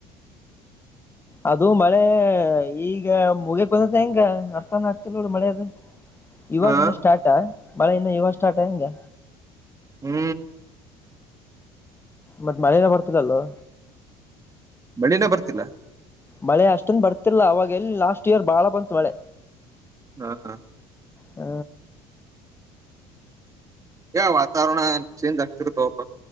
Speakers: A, on the left; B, on the right.
A: ಅದು ಮಳೆ ಈಗ ಮುಗಿಬಿದಿದ್ದು ಹೆಂಗ ಅರ್ಥಾನ ಆಗ್ತಿಲ್ ನೋಡು ಮಳೆ ಅದು. ಇವಾಗ
B: ಹಾ
A: ಇನ್ನ ಸ್ಟಾರ್ಟಾ ಮಳೆ ಇನ್ನ ಇವಾಗ ಸ್ಟಾರ್ಟಾ ಹಂಗೆ
B: ಹು
A: ಮತ್ತ ಮಳೆನ ಬರ್ತದಲ್ಲೊ.
B: ಮಳಿನ ಬರ್ತಿಲ್ಲಾ
A: ಮಳೆ ಅಷ್ಟನ ಬರ್ತಿಲ್ಲ ಅವಾಗ ಎಲ್ಲಿ ಲಾಸ್ಟ್ ಇಯರ್ ಬಾಳ ಬಂತು ಮಳೆ.
B: ಹಾ ಆ.
A: ಹ.
B: ಏ ವಾತಾವರಣ ಚೇಂಜ್ ಆಗ್ತಿರ್ ತಗೋಪ